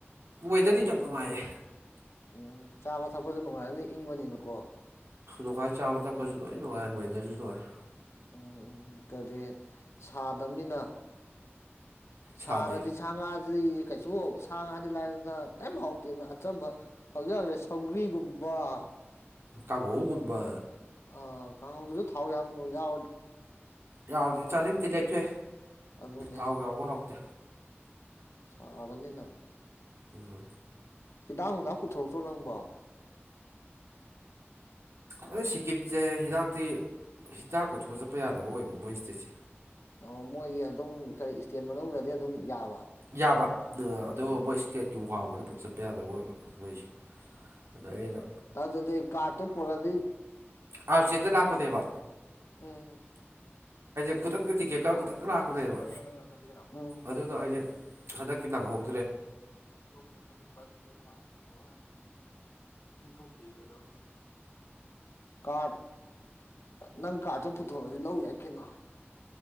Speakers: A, on the right; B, on the left.
A: ꯋꯦꯗꯔꯗꯤ ꯌꯥꯝ ꯅꯨꯡꯉꯥꯏꯌꯦ
B: ꯎꯝ ꯆꯥꯕ ꯊꯛꯄꯁꯨ ꯅꯨꯡꯉꯥꯏꯔꯅꯤ ꯏꯪꯕꯅꯤꯅꯀꯣ
A: ꯣꯡꯈꯥꯏ ꯆꯥꯕ ꯊꯛꯄꯁꯨ ꯂꯣꯏ ꯅꯨꯡꯉꯥꯏ ꯋꯦꯗꯔꯁꯨ ꯅꯨꯡꯉꯥꯏ
B: ꯎꯝ ꯎꯝ ꯀꯔꯤ ꯁꯥꯗꯅꯤꯅ ꯁꯔꯗꯤ
A: ꯁꯥꯗꯦ
B: ꯁꯉ ꯑꯗꯨꯗꯤ ꯀꯩꯁꯨ ꯁꯥ ꯉꯥꯗꯤ ꯂꯥꯏꯔꯅ ꯀꯔꯤꯝ ꯍꯥꯎꯇꯦ ꯑꯆꯝꯕ ꯍꯧꯖꯤꯛ ꯍꯧꯖꯤꯛ ꯁꯧꯒ꯭ꯔꯤꯒꯨꯝꯕ ꯋꯥ
A: ꯇꯒ ꯀꯨꯝꯕ
B: ꯑ ꯀꯥꯡꯗꯨꯁꯨ ꯊꯥꯎ ꯌꯥꯝ ꯌꯥꯎꯗ꯭ꯔ
A: ꯌꯥꯎꯔꯗꯤ ꯆꯥꯖꯡꯗꯤ ꯂꯦꯛꯆꯑꯦ
B: ꯑꯗꯨꯅꯦ
A: ꯊꯥꯎ ꯌꯥꯎꯕ ꯍꯥꯎꯇꯦ
B: ꯁꯥꯕꯅꯤꯅ
A: ꯎꯝ
B: ꯈꯤꯇꯪ ꯍꯅꯨꯡꯗꯥꯛ ꯄꯨꯊꯣꯔꯛꯇ꯭ꯔꯣ ꯅꯪꯕꯣ
A: ꯑꯗꯨ ꯁꯤꯀꯤꯝꯁꯦ ꯍꯤꯗꯥꯛꯇꯤ ꯍꯤꯗꯥꯛ ꯄꯨꯨꯊꯑ ꯆꯠꯄ ꯌꯥꯗꯕ ꯑꯣꯏꯕ ꯃꯣꯏ ꯏꯁꯇꯦꯠꯁꯦ
B: ꯑꯣ ꯃꯣꯏꯒꯤ ꯑꯗꯨꯝ ꯀꯔꯤ ꯏꯁꯇꯦꯟ ꯃꯅꯨꯡꯗꯗꯤ ꯑꯗꯨꯝ ꯌꯥꯕ
A: ꯌꯥꯕ ꯑꯗꯨꯒ
B: ꯎꯝ
A: ꯃꯣꯏ ꯏꯁꯇꯦꯠꯀꯤ ꯋꯥꯡꯃꯅ ꯆꯠꯄ ꯌꯥꯗꯕ ꯑꯣꯏꯕ ꯃꯣꯏꯁꯦ ꯑꯗ ꯑꯩꯅ
B: ꯇ ꯑꯗꯨꯗ ꯀꯥꯇꯣ ꯄꯣꯔꯥꯗꯤ
A: ꯑꯔ ꯆꯗ ꯂꯥꯛꯄꯗꯦꯕ
B: ꯎꯝ
A: ꯈꯨꯗꯛꯇ ꯇꯤꯀꯦꯠꯀꯔ ꯈꯨꯗꯛꯇ ꯂꯥꯛꯄꯅꯦꯕ
B: ꯑꯅꯤꯃꯛ ꯌꯦꯡꯉꯒ ꯆꯠꯁꯤ ꯀꯩꯅꯣ ꯎꯝ
A: ꯑꯗꯨꯗ ꯑꯩꯁꯦ ꯍꯟꯗꯛꯀꯤ ꯂꯥꯛꯈꯍꯧ
B: ꯁ ꯂ ꯃꯌꯥꯝꯗ ꯅꯤꯡꯊꯣꯛꯇꯦ ꯀꯩꯗꯧꯅꯤꯥ ꯀ ꯅꯪ ꯀꯥꯔꯠꯇꯣ ꯄꯨꯊꯣꯔꯑꯗꯤ ꯂꯧ ꯌꯥꯏ ꯀꯩꯅꯣ